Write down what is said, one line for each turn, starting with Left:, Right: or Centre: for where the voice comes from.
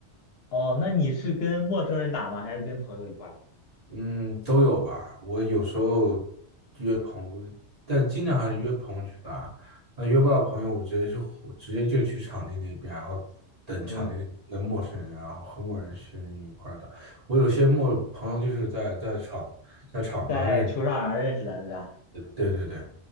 Left: 哦，那你是跟陌生人打吗？还是跟朋友一块儿？
Right: 嗯，都有吧。我有时候约朋友，但经常还是约朋友去打。那约不到朋友，我直接就我直接就去场地那边，然后等场地的陌生人，
Left: 嗯，
Right: 然后和陌生人一块儿打。我有些陌朋友就是在在场在场子上是。
Left: 在球场上认识的，是吧？
Right: 对对对，